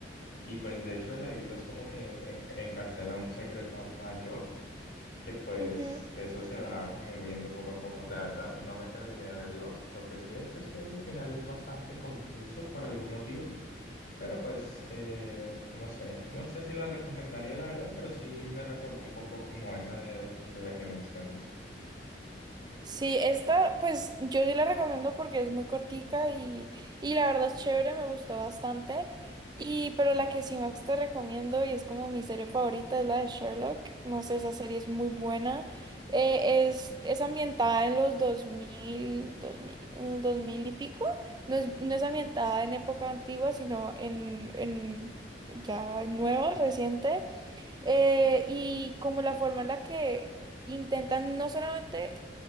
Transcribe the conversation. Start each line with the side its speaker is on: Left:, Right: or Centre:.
Left: Y pues de hecho la isla es como que en- encarcela un secreto mayor que pues
Right: ujú.
Left: eso se va como viendo poco a poco. La verdad, no me terminé de verlos. Lo que sí he hecho es que el final es bastante confuso por algún motivo, pero pues eh, no sé, no sé si la recomendaría la verdad, pero sí me recordó un poco como esa de, de la que mencionas.
Right: Sí, esta pues yo sí la recomiendo porque es muy cortica y, y la verdad es chévere, me gustó bastante. Y pero la que sí más te recomiendo y es como mi serie favorita es la de Sherlock. No sé, esa serie es muy buena. Eh, es, es ambientada en los dos mil dos mil en 2000 y pico. No es, no es ambientada en época antigua, sino en, en ya nueva, reciente. Eh, y como la forma en la que intentan no solamente